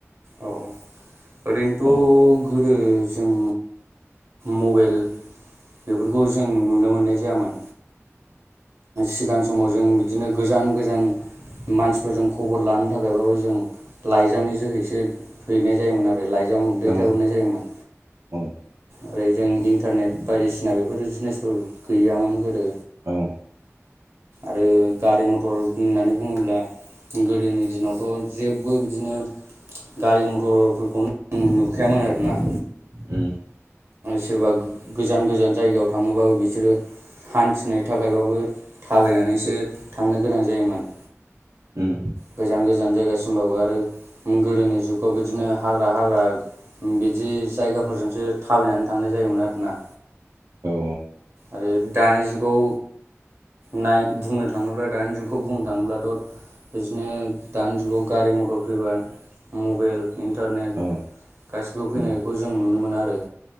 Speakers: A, on the right; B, on the right.
A: औ ओरैनोथ'
B: औ
A: गोदो जों मबाइल बेफोरखौ जों नुनो मोननाय जायामोन सिगां समाव जों बिदिनो गोजान गोजान मानसिफोरजों खबर लानो थाखायबाबो जों लाइजामनि जोहै बि हैनाय जायोमोन आरो लाइजाम दैथायहरनाय
B: उम औ
A: जायोमोन
B: औ
A: ओरै जों इन्टारनेट बायदिसिना बेफोर जिनिसफोर गैयामोन गोदो
B: औ
A: आरो गारि मथर होननानै बुङोब्ला गोदोनि दिनावथ' जेबो बिदिनो गारि मथरफोरखौनो नुखायामोन आरोना
B: उम
A: सोरबा गोजान गोजान जायगायाव थाङोबाबो बिसोरो हान्थिनो थाखायबाबो थाबायनानैसो थांनो गोनां जायोमोन
B: उम
A: गोजान गोजान जायगासिमबावो आरो गोदोनि जुगाव बिदिनो हाग्रा हाग्रा बिदि जायगाफोरजोंसो थाबायनानै थांनाय जायोमोन आरोना
B: औ
A: आरो दानि जुगाव नाय बुंनो थाङोब्ला दानि जुगखौ बुंनो थाङोब्लाथ' बिदिनो दानि जुगाव गारि मथर फैबाय मबाइल इन्टारनेट
B: औ
A: गासिबो
B: उम
A: फैनायखौ जों नुनो मोनो आरो